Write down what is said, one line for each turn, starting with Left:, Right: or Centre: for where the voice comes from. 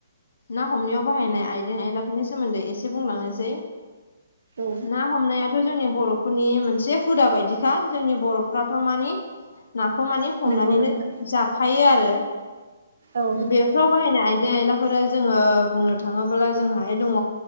Left: ना हमनायाव बाहायनाय आइजें आयलाफोरनि सोमोन्दै एसे बुंलांनोसै
Right: औ
Left: ना हमनायाथ जोंनि बर'फोरनि मोनसे हुदा बायदिखा जोंनि बर'फोराथ माने नाखौ माने हमनानैनो
Right: नंगौ नोंथां
Left: जाखायो आरो
Right: औ नोंथां
Left: बेफोराव
Right: औ
Left: बाहायनाय आयजें आयला फोरा जोङो बुंनो थाङोब्ला जोंहाय दङ